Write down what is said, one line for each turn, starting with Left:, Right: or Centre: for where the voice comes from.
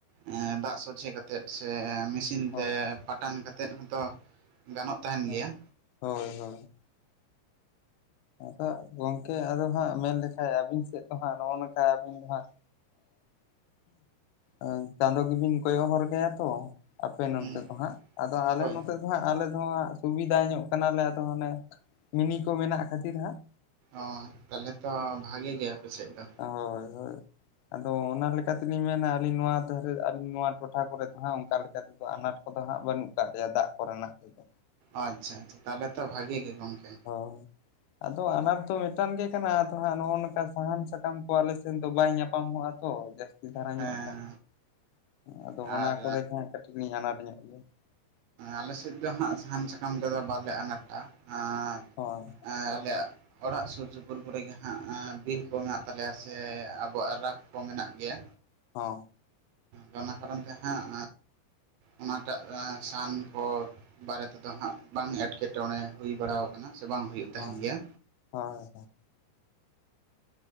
Right: ᱮᱸ ᱫᱟᱜ ᱥᱚᱡᱷᱮ ᱠᱟᱛᱮᱫ ᱥᱮ ᱢᱮᱥᱤᱱ
Left: ᱦᱳᱭ
Right: ᱛᱮ ᱯᱟᱴᱟᱱ ᱠᱟᱛᱮᱫ ᱦᱚᱸᱛᱚ ᱜᱟᱱᱚᱜ ᱛᱟᱦᱮᱱ
Left: ᱦᱳᱭ
Right: ᱜᱮᱭᱟ
Left: ᱦᱳᱭ᱾ ᱟᱫᱚ ᱜᱚᱝᱠᱮ ᱟᱫᱚ ᱦᱟᱸᱜ ᱢᱮᱱ ᱞᱮᱠᱷᱟᱡ ᱟᱵᱤᱱ ᱥᱮᱫ ᱫᱚ ᱦᱟᱸᱜ ᱱᱚᱜᱼᱚ ᱱᱚᱝᱠᱟ ᱟᱵᱤᱱ ᱫᱚ ᱦᱟᱸᱜ ᱮ ᱪᱟᱸᱫᱳ ᱜᱮᱵᱤᱱ ᱠᱚᱭᱚᱜ ᱦᱚᱨ ᱠᱟᱭᱟ ᱛᱚ᱾ ᱟᱯᱮ ᱱᱚᱱᱛᱮ
Right: ᱦᱩᱸ
Left: ᱫᱚ ᱦᱟᱸᱜ, ᱟᱫᱚ ᱟᱞᱮ
Right: ᱦᱳᱭ
Left: ᱱᱚᱛᱮ ᱫᱚ ᱦᱟᱸᱜ ᱟᱞᱮ ᱫᱚ ᱦᱟᱸᱜ ᱥᱩᱵᱤᱫᱟ ᱧᱚᱜ ᱠᱟᱱᱟᱞᱮ ᱟᱫᱚ ᱚᱱᱮ ᱢᱤᱱᱤ ᱠᱚ ᱢᱮᱱᱟᱜ ᱠᱷᱟᱛᱤᱨ ᱦᱟᱸᱜ᱾
Right: ᱚ ᱛᱟᱞᱦᱮ ᱛᱚ ᱵᱷᱟᱜᱮ ᱜᱮ ᱟᱯᱮ ᱥᱮᱫ ᱫᱚ᱾
Left: ᱦᱳᱭ ᱦᱳᱭ᱾ ᱟᱫᱚ ᱚᱱᱟ ᱞᱮᱠᱟ ᱛᱮᱞᱤᱧ ᱢᱮᱱᱟ ᱟᱹᱞᱤᱧ ᱱᱚᱣᱟ ᱫᱷᱟᱨᱮ ᱟᱹᱞᱤᱧ ᱱᱚᱣᱟ ᱴᱚᱴᱷᱟ ᱠᱚᱨᱮ ᱫᱚ ᱦᱟᱸᱜ ᱚᱱᱠᱟ ᱞᱮᱠᱟ ᱛᱮᱫᱚ ᱟᱱᱟᱴ ᱠᱚᱫᱚ ᱦᱟᱸᱜ ᱵᱟᱹᱱᱩᱜ ᱠᱟᱜ ᱞᱮᱭᱟ ᱫᱟᱜ ᱠᱚᱨᱮᱱᱟᱜ ᱛᱮᱫᱚ᱾
Right: ᱟᱪᱪᱷᱟ ᱟᱪᱪᱷᱟ ᱛᱟᱦᱞᱮ ᱛᱚ ᱵᱷᱟᱜᱮ ᱜᱮ ᱜᱚᱝᱠᱮ᱾
Left: ᱦᱳᱭ ᱟᱫᱚ ᱟᱱᱟᱴ ᱫᱚ ᱢᱤᱫᱴᱟᱱ ᱜᱮ ᱠᱟᱱᱟ ᱟᱫᱚ ᱦᱟᱸᱜ ᱱᱚᱜᱼᱚ ᱱᱚᱝᱠᱟ ᱥᱟᱦᱟᱱ ᱥᱟᱠᱟᱢ ᱠᱚ ᱟᱞᱮ ᱥᱮᱱ ᱫᱚ ᱵᱟᱭ ᱧᱟᱯᱟᱢᱚᱜᱼᱟ ᱛᱚ ᱡᱟᱹᱥᱛᱤ ᱫᱷᱟᱨᱟ
Right: ᱦᱮᱸ
Left: ᱧᱚᱜ ᱫᱚ᱾ ᱟᱫᱚ
Right: ᱟᱨ
Left: ᱚᱱᱟ ᱠᱚᱨᱮ ᱠᱷᱟᱸᱜ ᱠᱟᱹᱴᱤᱡ ᱞᱤᱧ ᱟᱱᱟᱴ ᱧᱚᱜ ᱜᱮᱭᱟ᱾
Right: ᱟᱞᱮ ᱥᱮᱫ ᱫᱚ ᱦᱟᱸᱜ ᱥᱟᱦᱟᱱ ᱥᱟᱠᱟᱢ ᱛᱮᱫᱚ ᱵᱟᱞᱮ ᱟᱱᱟᱴᱟ ᱟᱨ
Left: ᱦᱳᱭ᱾
Right: ᱦᱮᱸ ᱟᱞᱮᱭᱟᱜ ᱚᱲᱟᱜ ᱥᱩᱨ ᱥᱩᱯᱩᱨ ᱠᱚᱨᱮ ᱜᱮ ᱦᱟᱸᱜ ᱵᱤᱨ ᱠᱚ ᱢᱮᱱᱟᱜ ᱛᱟᱞᱮᱭᱟ ᱥᱮ ᱟᱵᱚᱣᱟᱜ ᱨᱟᱯᱷ ᱠᱚ ᱢᱮᱱᱟᱜ ᱜᱮᱭᱟ᱾
Left: ᱦᱚᱸ᱾
Right: ᱜᱟᱱᱟ ᱠᱟᱨᱚᱱ ᱛᱮ ᱦᱟᱸᱜ ᱚᱱᱟᱴᱟᱜ ᱥᱟᱱ ᱠᱚ ᱵᱟᱨᱮ ᱛᱮᱫᱚ ᱦᱟᱸᱜ ᱵᱟᱝ ᱮᱸᱴᱠᱮᱴᱚᱬᱮ ᱦᱩᱭ ᱵᱟᱲᱟᱣ ᱠᱟᱱᱟ ᱥᱮ ᱵᱟᱝ ᱦᱩᱭᱩᱜ ᱛᱟᱦᱮᱱ
Left: ᱦᱚᱸ
Right: ᱜᱮᱭᱟ
Left: ᱦᱳᱭ ᱦᱳᱭ᱾